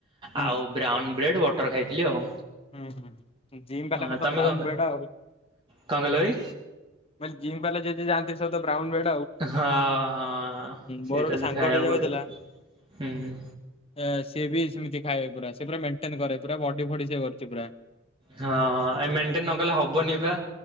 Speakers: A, on the left; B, on the right.
A: ହୁଁ
B: ଆଉ ବ୍ରାଉନ୍ ବ୍ରେଡ଼୍ ବଟର୍ ଖାଇଥିଲି ଆଉ।
A: ହୁଁ ହୁଁ। ଜିମ୍ ବାଲା
B: ହଁ
A: କଥା
B: ତମେ
A: ବ୍ରାଉନ
B: କଣ ଖାଇ
A: ବ୍ରେଡ ଆଉ।
B: କଣ କହିଲ ଭାଇ
A: ମାନେ ଜିମ୍ ବାଲା ଯେ ଯେ ଯାଆନ୍ତି ସବୁ ତ ବ୍ରାଉନ ବ୍ରେଡ୍
B: ହଁ ହଁ
A: ମୋର
B: ସେଇଟା
A: ଗୋଟେ
B: ବି
A: ସାଙ୍ଗଟେ
B: ଖାଇବାକୁ
A: ଯାଉଥିଲା
B: ପଡେ। ହୁଁ ହୁଁ।
A: ଏ ସିଏ ବି ସେମିତି ଖାଏ ପୁରା। ସେ ପୁରା ମେଣ୍ଟେନ କରେ। ପୁରା ବଡି ଫଡି ସିଏ କରିଚି ପୁରା।
B: ହଁ ଏ ମେଣ୍ଟେନ ନକଲେ ହବନି ପା।